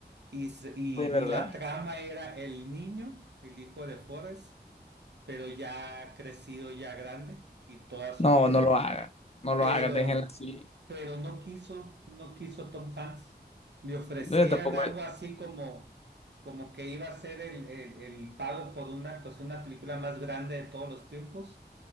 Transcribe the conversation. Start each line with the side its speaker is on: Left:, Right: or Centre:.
Right: y, se- y,
Left: ¿De verdad?
Right: y la trama era el niño, el hijo de Forrest, pero ya crecido, ya grande y toda
Left: No,
Right: su vida.
Left: no lo hagan. No lo
Right: pero,
Left: hagan, déjenla así.
Right: pero no quiso, no quiso Tom Hanks. Le ofrecían
Left: No, yo tampoco,
Right: algo así como, como que iba a ser el, el, el pago por una actuación, una película más grande de todos los tiempos.